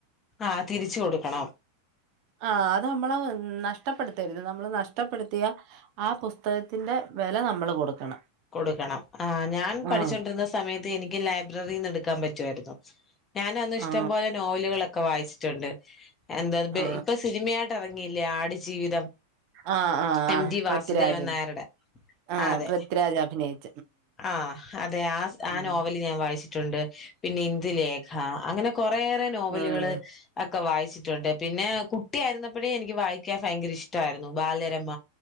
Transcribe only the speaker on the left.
ആഹ് തിരിച്ച് കൊടുക്കണം.
കൊടുക്കണം ആഹ് ഞാൻ പഠിച്ചൊണ്ടിരുന്ന
സമയത്ത് എനിക്ക് ലൈബ്രറിന്ന് എടുക്കാൻ പറ്റുവായിരുന്നു. ഞാന് അന്ന്
ഇഷ്ടംപോലെ നോവലുകളൊക്കെ വായിച്ചിട്ടുണ്ട്. എന്താ
ഇപ്പൊ സിനിമയായിട്ട ഇറങ്ങിയില്ലേ ആടുജീവിതം
എം
ജി വാസുദേവൻ
നായരുടെ
ആഹ് അതെ
ആഹ് അതെ ആ ആ
നോവല് ഞാൻ വായിച്ചിട്ടുണ്ട് പിന്നെ ഇന്ദുലേഖ അങ്ങനെ കൊറെയേറെ നോവലുകള്.
ഒക്കെ വായിച്ചിട്ടുണ്ട് പിന്നെ കുട്ടിയായിരുന്നപ്പഴേ എനിക്ക് വായിക്കാൻ ഭയങ്കര ഇഷ്ടായിരുന്നു ബാലരമ